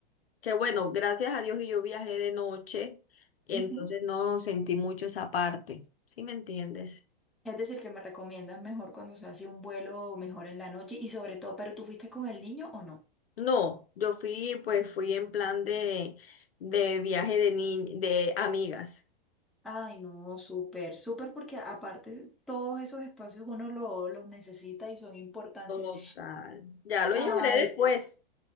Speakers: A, on the left; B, in the centre.
A: que bueno, gracias a Dios y yo viajé de noche, y
B: ujú.
A: entonces no sentí mucho esa parte. ¿Sí me entiendes?
B: Es decir, que me recomiendas mejor cuando se hace un vuelo, mejor en la noche y sobre todo, ¿pero tú fuiste con el niño o no?
A: No, yo fui, pues fui en plan de, de viaje de ni- de amigas.
B: Ay, no, súper, súper, porque aparte todos esos espacios uno lo- los necesita y son importantes.
A: Total. Ya lo
B: Ay,
A: llevaré después.